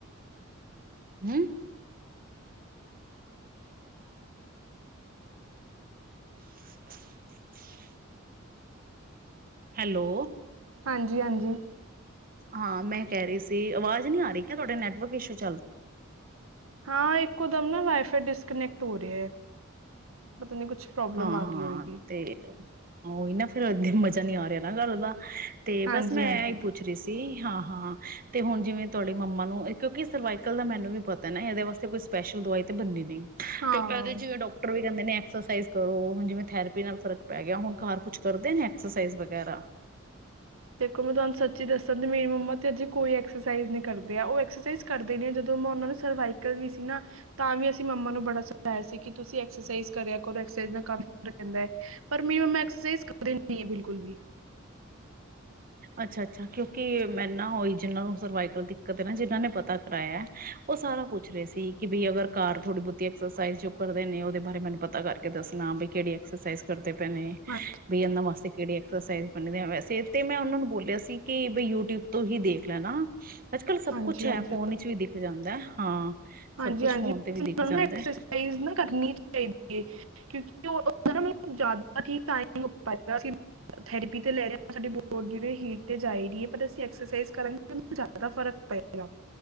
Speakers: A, on the right; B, on the right.
A: ਹੂੰ। <unintelligible> ਹੈਲੋ।
B: ਹਾਂਜੀ ਹਾਂਜੀ।
A: ਹਾਂ ਮੈਂ ਕਹਿ ਰਹੀ ਸੀ ਆਵਾਜ਼ ਨਹੀ ਆ ਰਹੀ ਕਿਆ ਤੁਹਾਡੇ ਨੈਟਵਰਕ ਇਸ਼ੂ ਚੱਲ
B: ਹਾਂ ਇੱਕੋ ਦਮ ਨਾ ਵਾਈਫਾਈ ਡਿਸਕਨੈਕਟ ਹੋ ਰਿਹਾ ਐ। ਪਤਾ ਨੀ ਕੁਛ ਪ੍ਰੋਬਲਮ
A: ਹਾਂ
B: ਆ
A: ਹਾਂ
B: ਗਈ ਹੋਏਗੀ
A: ਤੇ ਉਹੀ ਨਾ ਫਿਰ ਇੱਦਾਂ ਮਜ਼ਾ ਨਹੀ ਆ ਰਿਹਾ ਨਾ ਗੱਲ ਦਾ। ਤੇ
B: ਹਾਂਜੀ
A: ਬਸ ਮੈਂ
B: ਹਾਂਜੀ
A: ਹੀ ਪੁੱਛ ਰਹੀ ਸੀ ਹਾਂ। ਹਾਂ ਤੇ ਹੁਣ ਜਿਵੇਂ ਤੁਹਾਡੇ ਮੰਮਾ ਨੂੰ ਕਿਉਂਕਿ ਸਰਵਾਈ ਅੰਕਲ ਦਾ ਮੈਨੂੰ ਵੀ ਪਤਾ ਐ ਨਾ ਇਹਦੇ ਵਾਸਤੇ ਕੋਈ ਸਪੈਸ਼ਲ ਦਵਾਈ ਤਾਂ ਬੰਨੀ ਨਹੀਂ।
B: ਹਾਂ
A: ਤੇ ਇਹਦੇ ਜਿਵੇਂ ਡਾਕਟਰ ਵੀ ਕਹਿੰਦੇ ਨੇ। ਐਕਸਰਸਾਈਜ਼ ਕਰੋ ਹੁਣ ਜਿਵੇਂ ਥੈਰੇਪੀ ਨਾਲ ਫਰਕ ਪੈ ਗਿਆ ਹੁਣ ਘਰ ਕੁਛ ਕਰਦੇ ਨੇ ਐਕਸਰਸਾਈਜ਼ ਵਗੈਰਾ।
B: ਦੇਖੋ ਮੈਂ ਤੁਹਾਨੂੰ ਸੱਚੀ ਦੱਸਾਂ ਤੇ ਮੇਰੀ ਮੰਮਾ ਤੇ ਅਜੇ ਕੋਈ ਐਕਸਰਸਾਈਜ਼ ਨਹੀਂ ਕਰਦੇ ਆ। ਉਹ ਐਕਸਰਸਾਈਜ਼ ਕਰਦੇ ਨੇ। ਜਦੋਂ ਮੈਂ ਉਹਨਾਂ ਨੂੰ ਸਰਵਾਈਕਲ ਵੀ ਸੀ ਨਾ ਤਾਂ ਵੀ ਅਸੀਂ ਮੰਮਾ ਨੂੰ ਬੜਾ ਸਿਖਾਇਆ ਸੀ ਕਿ ਤੁਸੀਂ ਐਕਸਰਸਾਈਜ਼ ਕਰਿਆ ਕਰੋ। ਐਕਸਰਸਾਈਜ਼ ਨਾਲ ਕਾਫੀ ਫਰਕ ਪੈਂਦਾ ਐ। ਪਰ ਮੇਰੀ ਮੰਮਾ ਐਕਸਰਸਾਈਜ਼ ਕਰਦੇ ਨਹੀਂ ਐ ਬਿਲਕੁਲ ਵੀ।
A: ਅੱਛਾ-ਅੱਛਾ ਕਿਉਂਕ ਮੈਨੂੰ ਨਾ ਹੋਈ ਜਿਹਨਾਂ ਨੂੰ ਸਰਵਾਈਕਲ ਦਿੱਕਤ ਨਾ ਜਿਹਨਾਂ ਨੇ ਪਤਾ ਕਰਾਇਆ ਐ। ਉਹ ਸਾਰਾ ਪੁੱਛ ਰਹੇ ਸੀ ਕਿ ਬਈ ਅਗਰ ਘਰ ਥੋੜੀ ਬਹੁਤੀ ਐਕਸਰਸਾਈਜ਼ ਜੋ ਕਰਦੇ ਨੇ ਉਹਦੇ ਬਾਰੇ ਮੈਨੂੰ ਪਤਾ ਕਰਕੇ ਦੱਸਣਾ ਵੀ ਕਿਹੜੀ ਐਕਸਰਸਾਈਜ਼ ਕਰਦੇ ਪਏ ਨੇ
B: ਹਾਂ
A: ਵੀ ਇਹਨਾਂ ਵਾਸਤੇ ਕਿਹੜੀ ਐਕਸਰਸਾਈਜ਼ ਕਰਦੇ ਆ ਵੈਸੇ ਤੇ ਮੈਂ ਉਹਨਾਂ ਨੂੰ ਬੋਲਿਆ ਸੀ ਕਿ ਬਈ ਯੂਟਿਊਬ ਤੋਂ ਹੀ ਦੇਖ ਲੈਣਾ। ਅੱਜ ਕੱਲ੍ਹ ਸਭ
B: ਹਾਂਜੀ
A: ਕੁਛ ਹੈ
B: ਹਾਂਜੀ
A: ਫੋਨ ਵਿੱਚ ਵੀ ਦਿਖ ਜਾਂਦਾ ਐ। ਹਾਂ।
B: ਹਾਂਜੀ
A: ਸਭ ਕੁਛ
B: ਹਾਂਜੀ
A: ਫੋਨ ਤੇ ਵੀ
B: ਸਾਨੂੰ
A: ਦਿਖ ਜਾਂਦਾ
B: ਨਾ ਐਕਸਰਸਾਈਜ਼
A: ਹੈ
B: ਨਾ ਕਰਨੀ ਚਾਹੀਦੀ ਐ। ਕਿਉਕਿ <inaudible> ਜ਼ਿਆਦਾ ਠੀਕ <inaudible> ਅਸੀਂ ਥਰੇਪੀ ਤੇ ਲੈ ਰਹੇ ਹਾਂ ਸਾਡੀ ਬੋਡੀ ਹੀਟ ਤੇ ਜਾ ਈ ਰਹੀ ਹੈ। ਪਰ ਅਸੀਂ ਐਕਸਰਸਾਈਜ਼ ਕਰਾਂਗੇ ਜ਼ਿਆਦਾ ਫ਼ਰਕ ਪਏਗਾ